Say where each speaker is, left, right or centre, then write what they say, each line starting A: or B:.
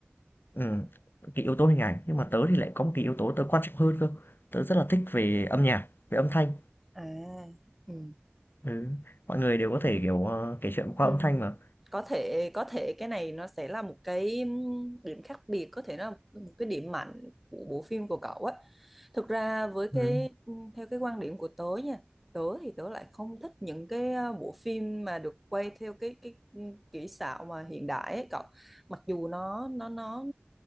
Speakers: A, on the left; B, in the centre.
A: ừm, cái yếu tố hình ảnh, nhưng mà tớ thì lại có một cái yếu tố tớ quan trọng hơn cơ, tớ rất là thích về âm nhạc, về âm thanh.
B: À. Ừ.
A: Ừ, mọi người đều có thể, kiểu, ờ, kể chuyện qua
B: Ừ.
A: âm thanh mà.
B: Có thể có thể cái này nó sẽ là một cái ừm, điểm khác biệt có thể nó là một cái điểm mạnh của bộ phim của cậu á thực ra với cái
A: Ừm,
B: ừm, theo cái quan điểm của tớ nha tớ thì tớ lại không thích những cái ờ, bộ phim mà được quay theo cái cái ừm, kỹ xảo mà hiện đại ấy cậu mặc dù nó nó nó